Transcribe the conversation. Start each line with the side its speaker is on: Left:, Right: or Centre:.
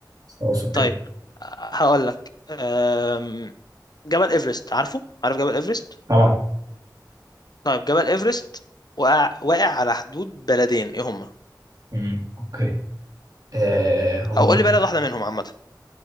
Right: خلاص اوكي
Left: طيب آه، هقول لك آم، جبل ايفرست عارفه عارف جبل ايفرست
Right: طبعا
Left: طيب جبل ايفرست واقع واقع على حدود بلدين ايه هما
Right: امم اوكي آه هم
Left: او قول لي بلد واحده منهم عامه